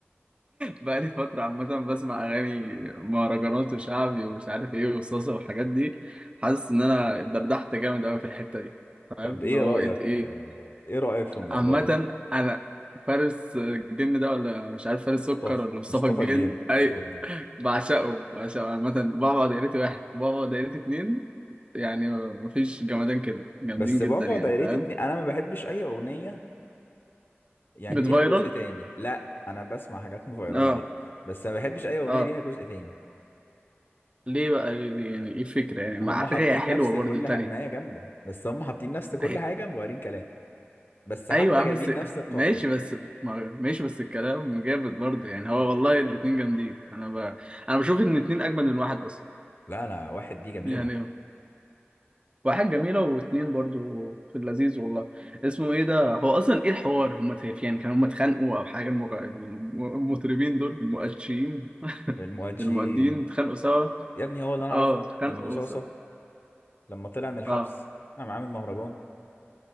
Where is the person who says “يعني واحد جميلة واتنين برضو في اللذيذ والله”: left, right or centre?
Right